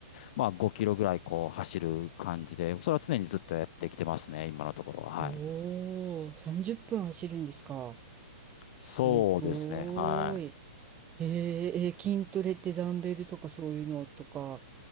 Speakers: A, on the left; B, on the right.
A: まあ5キロぐらいこう走る感じで、それは常にずっとやってきてますね、今のところは。
B: お
A: はい。
B: お、30分走るんですか。
A: そうですね。
B: すごーい。
A: はい。
B: へーえー、筋トレってダンベルとかそういうのとか、